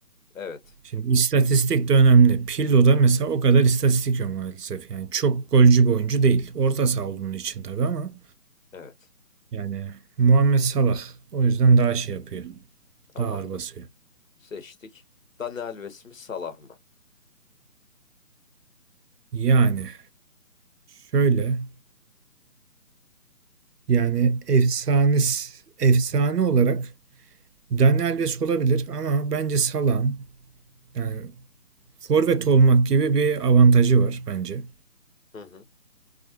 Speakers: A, on the left (about 60°); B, on the right (about 85°).
A: Evet.
B: Şimdi istatistik de önemli. Pirlo'da mesela o kadar istatistik yok maalesef. Yani çok golcü bir oyuncu değil. Orta saha olduğunun için tabii ama
A: Evet.
B: yani Muhammed Salah o yüzden daha şey yapıyor.
A: Tamamdır.
B: Daha ağır basıyor.
A: Seçtik. Dani Alves mi Salah mı?
B: Yani şöyle yani efsanes efsane olarak Daniel Alves olabilir ama bence Salah'ın yani forvet olmak gibi bir avantajı var bence.
A: Hı hı.